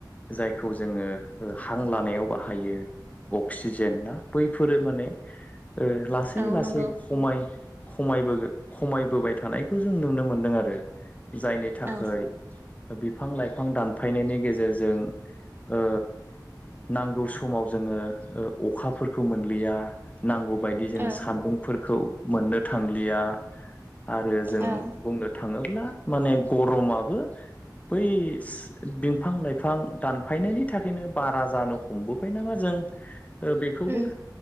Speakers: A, on the left (about 20°); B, on the right (about 30°).
A: जायखौ जोङो हां लानायाव बाहायो। अक्सिजेन ना बैफोरो माने ओ लासै
B: औ
A: लासै
B: नंगौ
A: खमाय खमायबो खमायबोबाय थानायखौ जों नुनो मोनदों आरो जायनि था
B: औ
A: खाय बिफां लाइफां दानफायनायनि गेजेरजों ओ नांगौ समाव जोङो ओ अखाफोरखौ मोनलिया नांगौ बायदि जोङो
B: औ
A: सान्दुं फोरखौ मोननो थांलिया आरो जों
B: औ
A: बुंनो थाङोब्ला माने गरमाबो बैस बिफां लाइफां दानफायनायनि थाखायनो बारा जानो हमबोबाय नामा जों ओ बेखोबो
B: उम